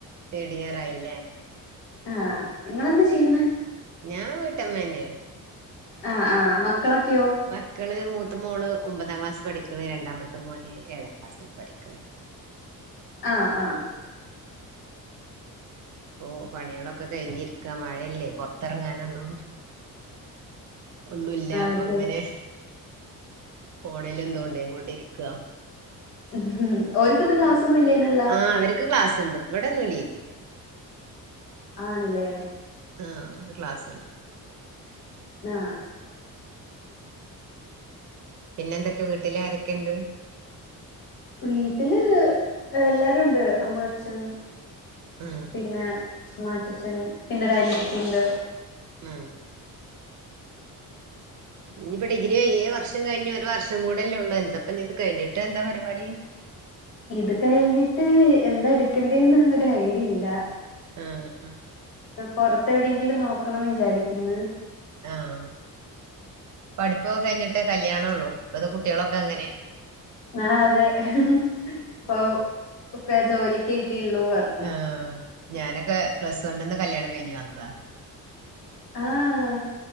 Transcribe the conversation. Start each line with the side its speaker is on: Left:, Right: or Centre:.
Right: തേർഡ് ഇയർ ആയി ലെ
Left: ആ നിങ്ങളെന്ത് ചെയ്യുന്ന
Right: ഞാൻ വീട്ടമ്മ തന്നെയാണ്
Left: ആഹ ആഹ മക്കളൊക്കെയോ
Right: മക്കള് മൂത്ത മോള് ഒമ്പതാം ക്ലാസ് പഠിക്കണ് രണ്ടാമത്തെ മോന് ഏഴാം ക്ലാസ്ൽ പഠിക്കണ്ട്
Left: ആഹ ആഹ
Right: ഓ പണികളൊക്കെ കഴിഞ്ഞിരിക്കാ മഴയല്ലേ പുറത്തിറങ്ങാനൊന്നും ഒന്നുമല്ല അപ്പൊ
Left: അതെ
Right: ഇങ്ങനെ ഫോണിൽ ഇങ്ങനെ തോണ്ടി കൊണ്ടിരിക്കുക
Left: ഉം ഒരിക്കൊന്നും ക്ലാസ് ഒന്നും ഇല്ലെ നിയോ
Right: ആഹ അവർക്ക് ക്ലാസ്ണ്ട് ഇവിടെന്നും ലീവില്ല
Left: ആണ്ല്ലേ
Right: ആ ഓല്ക്ക് ക്ലാസ് ഉണ്ട്
Left: ആ
Right: പിന്നെ എന്തൊക്കെ വീട്ടിൽ ആരൊക്കെയെ ഉണ്ട്
Left: വീട്ടില് എല്ലാരും ഉണ്ട് അമ്മ അച്ഛൻ
Right: ആ
Left: പിന്നെ മാച്ചച്ചൻ പിന്നെ ഒരു അനിയത്തി ണ്ട്
Right: ഉം ഇനിയിപ്പൊ ഡിഗ്രി വർഷം കഴിഞ്ഞഞ് ഒരു വർഷം കൂടെയല്ലേ ഉള്ള എന്തപ്പൊ ഇത് കഴിഞ്ഞിട്ട് എന്താ പരിപാടി
Left: ഇത് കഴിഞ്ഞിട്ട് എന്താ എടുക്കണ്ടേന്ന് ഒരു ഐഡിയയില്ല
Right: ആ ഉം
Left: പൊറത്തെ എവിടെയെങ്കിലും നോക്കണം വിചാരിക്കുന്ന
Right: ആഹ പഠിപ്പൊക്കെ കഴിഞ്ഞിട്ടേ കല്യാണള്ളൂ ഇപ്പത് കുട്ടികളൊക്കെ അങ്ങനെ
Left: ആ അതെ ഇപ്പൊ ഒക്കെ ജോലിക്ക്യിട്ടിള്ളൂ പറഞ്ഞു
Right: ആ് ഞാനൊക്കെ പ്ലസ് വണ് നിന്ന് കല്യാണം കഴിഞ്ഞ് വന്നതാ
Left: ആഹ